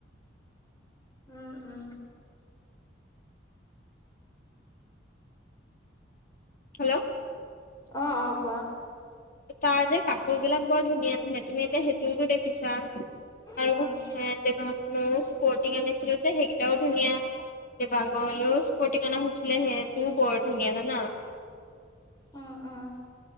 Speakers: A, on the left; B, on the left.
A: উম উম
B: হেল্ল'
A: অঁ অঁ কোৱা
B: তাৰ যে কাপোৰ বিলাক বৰ ধুনীয়াে তুমি এতিয়া সেইটোতো দেখিছা? আৰু
A: উম
B: এ যে মইও স্পৰ্টিং আনিছিলো যে সেইকেইটাও ধুনীয়া যে দীপাংকৰ স্পৰ্টিং কানা হৈছিলে সে তু বহুত ধুনীয়া জানা।
A: উম উম